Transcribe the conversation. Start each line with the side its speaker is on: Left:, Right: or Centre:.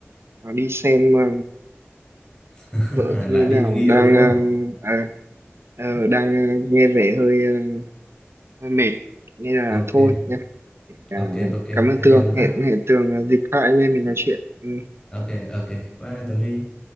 Right: ờ, đi xem ờ,
Left: <laughs>
Right: vợ tụi
Left: Lại
Right: mình
Left: đi
Right: nào
Left: với người yêu
Right: đang
Left: đúng không?
Right: ờ, à, ờ, đang ờ, nghe vẻ hơi ờ, hơi mệt nên là
Left: Ok.
Right: thôi nhá à,
Left: ok ok
Right: cảm ơn
Left: thế
Right: Tường
Left: để hôm khác
Right: hẹn hẹn Tường à, dịp khác anh em mình nói chuyện ừ,
Left: ok ok bye Tuấn Huy